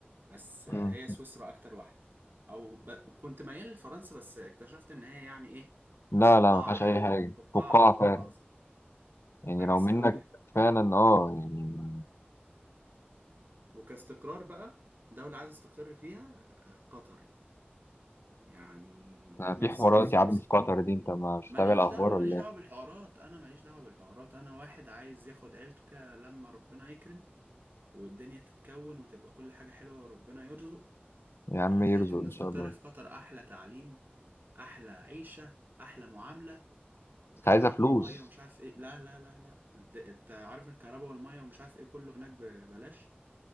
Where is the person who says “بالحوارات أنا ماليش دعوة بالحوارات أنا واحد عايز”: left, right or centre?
Right